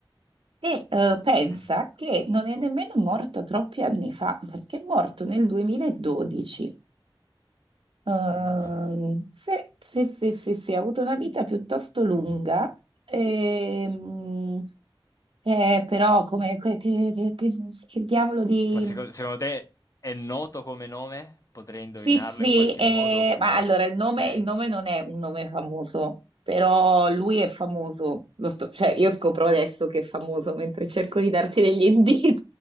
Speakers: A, on the right (about 75°); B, on the left (about 40°).
A: e eh, pensa
B: Mm.
A: che non è nemmeno morto troppi anni fa, perché è morto nel 2012. Ehm,
B: Ammazza.
A: sì, sì, sì, sì, sì, ha avuto una vita piuttosto lunga, ehm, eh, però come, che, che- che- che diavolo di
B: Ma seco- secondo te è noto come nome? Potrei indovinarlo
A: Sì, sì,
B: in qualche
A: eh,
B: modo oppure
A: ma allora il nome,
B: sì.
A: il nome non è un nome famoso, però lui è famoso. Lo sto- cioè, io scopro adesso che è famoso mentre cerco di darti degli indizi.